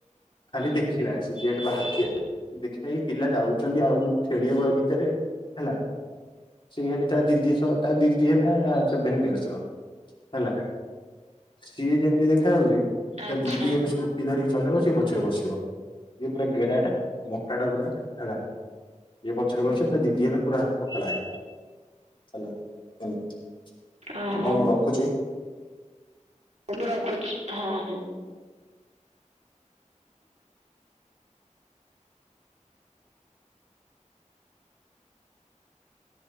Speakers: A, on the left; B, on the right.
A: ଖାଲି ଦେଖିଲା। ସେ ଗେଟ୍ ବାହାରେ ଠିଆ ହୋଇ ଦେଖିଲା କି ପିଲା ଯାଉଛନ୍ତି ଆଉଛନ୍ତି ଖେଳିବାକୁ ଭିତରେ ହେଲା। ସିଏ ହେଲେ ତା ଦିଦି ସହ ତା ଦିଦି ହେଲା ସେଭନ କ୍ଲାସର ହେଲା। ସିଏ ଯେମିତି ଦେଖାଯାଉଛି
B: ଆଚ୍ଛା।
A: ତା ଦିଦି ଗୋଟେ ସ୍କୁଟି ଧରିକି ଚଲେଇ ସେ ପଛରେ ବସିବ। ଇଏ ପୁରା ଗେଡାଟା ମୋଟା ଟା ପୁରା ହେଲା। ଇଏ ପଛରେ
B: ହୁଁ।
A: ବସିବ ତା ଦିଦି ହେଲା ପୁରା ପତଳା ହେଇକି ହେଲା। ହଉ
B: ଓହୋ
A: ମୁଁ ରଖୁଚି।
B: ମୁଁ ବି ରଖୁଚି। ହଁ ହଁ।